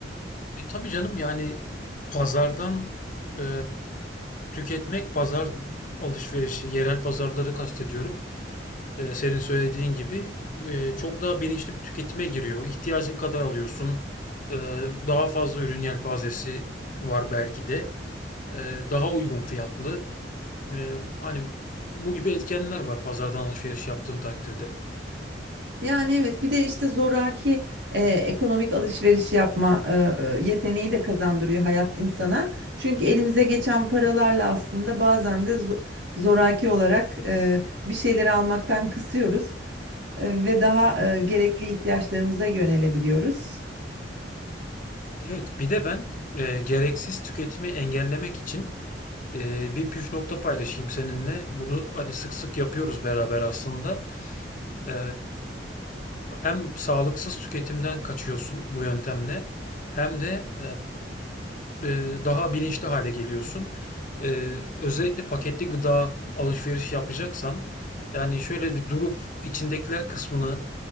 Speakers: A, on the left; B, on the right.
A: E tabii canım yani e, pazardan e, tüketmek, pazar alışverişi, yerel pazarları kastediyorum. E, senin söylediğin gibi e, çok daha bilinçli bir tüketime giriyor. İhtiyacın kadar alıyorsun. E, daha fazla ürün yelpazesi var belki de. E, daha uygun fiyatlı. E, hani bu gibi etkenler var pazardan alışveriş yaptığın takdirde.
B: Yani evet bir de işte zoraki e, ekonomik alışveriş yapma e, e, yeteneği de kazandırıyor hayat insana. Çünkü elimize geçen paralarla aslında bazen de zo- zoraki olarak e, bir şeyleri almaktan kısıyoruz e, ve daha e, gerekli ihtiyaçlarımıza yönelebiliyoruz.
A: Evet, bir de ben e, gereksiz tüketimi engellemek için e, bir püf nokta paylaşayım seninle. Bunu hani sık sık yapıyoruz beraber aslında. E, hem sağlıksız tüketimden kaçıyorsun bu yöntemle, hem de e, e, daha bilinçli hale geliyorsun. E, özellikle paketli gıda alışveriş yapacaksan, yani şöyle bir durup içindekiler kısmını